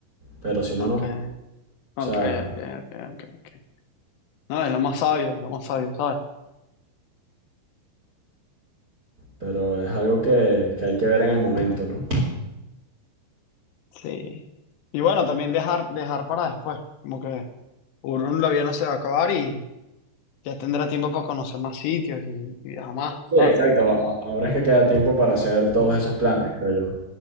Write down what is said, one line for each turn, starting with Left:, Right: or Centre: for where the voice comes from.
Right: pero si no,
Left: Ok.
Right: no. O sea,
Left: Ok, ok, ok, ok, ok. No, es lo más sabio, es lo más sabio, ¿sabes?
Right: pero es algo que, que hay que ver en el momento, ¿no?
Left: Sí. Y bueno, también dejar, dejar para después, como que uno la vida no se va a acabar y ya tendrá tiempo para conocer más sitios y, y viajar más,
Right: Sí,
Left: ¿sabes?
Right: exacto. a- Ahora es que queda tiempo para hacer todos
Left: Uf.
Right: esos planes, creo yo.